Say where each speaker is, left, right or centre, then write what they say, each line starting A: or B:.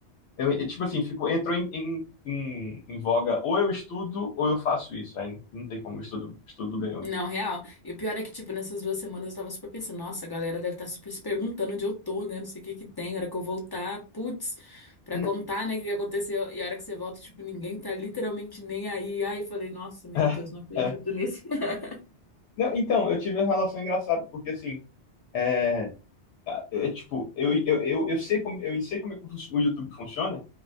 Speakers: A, on the left; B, on the left.
A: Eu, eu, tipo assim, ficou, entrou em, em, em, em voga. Ou eu estudo ou eu faço isso. Aí não tem como, o estudo, estudo ganhou.
B: Não, real. E o pior é que, tipo, nessas duas semanas eu tava super pensando, nossa, a galera deve estar super se perguntando onde eu tô, né? Não sei o que que tem, a hora que eu voltar, putz, pra
A: N-
B: contar, né, o que que aconteceu. E a hora que você volta, tipo, ninguém tá literalmente nem aí. Aí eu falei, nossa, meu
A: <laughs>
B: Deus, não acredito
A: É, é.
B: nisso. <laughs>
A: Não, então, eu tive uma relação engraçada, porque assim, é, é, é, tipo, eu, eu, eu, eu sei como, eu sei como é que o fu- o YouTube funciona,